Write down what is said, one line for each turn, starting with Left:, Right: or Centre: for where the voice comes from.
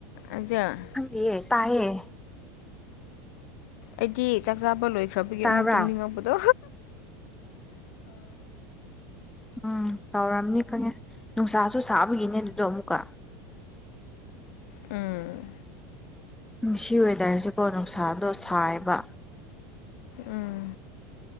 Left: ꯑꯗꫭ
Centre: ꯌꯦ ꯇꯥꯏꯌꯦ
Left: ꯑꯩꯗꯤ ꯆꯥꯛ ꯆꯥꯕ ꯂꯣꯏꯈ꯭ꯔꯕꯒꯤ
Centre: ꯇꯥꯕ꯭ꯔꯥ
Left: ꯑꯃꯨꯛ ꯇꯨꯝꯅꯤꯡꯉꯛꯄꯗꯣ
Centre: ꯎꯝ ꯇꯧꯔꯝꯅꯤ ꯈꯪꯉꯦ ꯅꯨꯡꯁꯥꯁꯨ ꯁꯥꯕꯒꯤꯅꯦ ꯑꯗꯨꯗꯣ ꯑꯃꯨꯛꯀ
Left: ꯎꯝ꯫
Centre: ꯉꯁꯤ ꯋꯦꯗ꯭ꯔꯁꯤꯀꯣ ꯅꯨꯡꯁꯥꯗꯣ ꯁꯥꯏꯌꯦꯕ
Left: ꯎꯝ